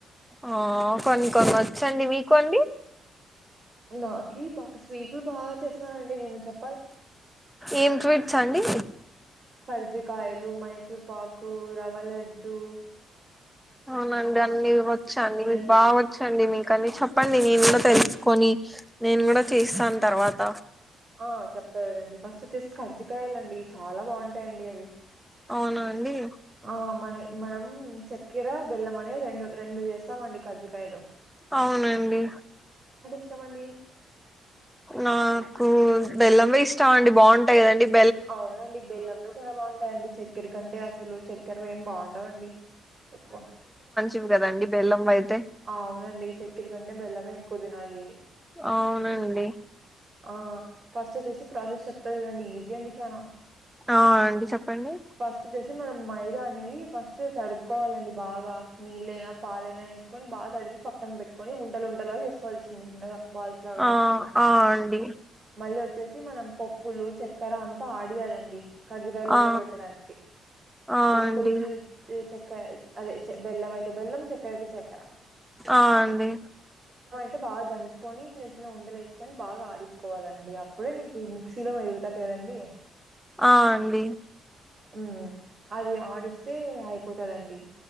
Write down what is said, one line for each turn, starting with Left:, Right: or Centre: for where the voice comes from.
Centre: ఆ కొన్ని కొన్ని వచ్చండి మీకు అండి
Right: నాకి బా స్వీట్లు బాగా చేస్తానండి నేను చెప్ప
Centre: ఏం స్వీట్స్ అండి
Right: కర్జికయాలు మైసూర్ పాకు రవ్వలడ్డు
Centre: అవునండి అన్నీ వచ్చాండి మీకు
Right: అండి
Centre: బాగా వచ్చండి మీకు కనిసం చెప్పండి నేను కూడా తెలుసుకొని నేను కూడా చేస్తాను తర్వాత
Right: ఆ చెప్పలండి ఫస్ట్ వచ్చేసి కజ్జికయలుండి చాలా బాగుంటాయండి అవి
Centre: అవునా అండి
Right: ఆ మన మనం చక్కెర బెల్లం అనే రెండు రెండు చేస్తామండి కజ్జికయలు
Centre: అవునండి
Right: చ్చమండి
Centre: నాకు బెల్లంమే ఇష్టమండి బావుంటాయ్ గదండిప్
Right: అవునండి బెల్లం పెసరే బావుంటాయండి. చక్కెర కంటే అసలు చక్కెరవేం బావున్ లావండి ఎక్కువ
Centre: ఇవ్ గదండి బెల్లం వైత్
Right: ఆ అవునండి చక్క్కెర కంటే బెల్లమే ఎక్కువ దినాలి.
Centre: అవునండి
Right: ఆ ఫస్ట్ వచ్చేసి ప్రాసెస్ చెప్తా చూడండి. ఈజీ అండి చాలా
Centre: ఆ అండి చెప్పండి.
Right: ఫస్ట్ వచ్చేసి మనం మైదా అనేది ఫస్ట్ తడుపుకోవాలండి. బాగా నీళ్ళైనా పాలైనా ఏస్ కొని బా తడిపి పక్కన బెట్టుకొని ఉంటల్ ఉంటలుగా జేసుకోవాలి చిన్న చిన్నగా బాల్స్ లాగా
Centre: ఆ ఆ అండి
Right: మళ్ళీ వచ్చేస్ ఈ మనం పప్పులు చక్కెర అంతా ఆడియాలండి. కర్జీకాయల్ లోబల్
Centre: ఆ
Right: పెట్టడానికి
Centre: ఆ
Right: పప్పులు
Centre: అండి
Right: ఈ చెక్ కాద్ అదే బెల్లం అయితే బెల్లం, చక్కెర అయితే చక్కెర.
Centre: ఆ అండి.
Right: తే బా దంచుకొని చిన్న చిన్న ఉండలు ఏసుకొని బాగా ఆడించుకోవాలండి. అప్పుడే నీకు ఈ మిక్సీలో మెదుగుతద్ తే రాండియే
Centre: ఆ అండి.
Right: ఊమ్ అది ఆడిస్తే అయిపోతదండి.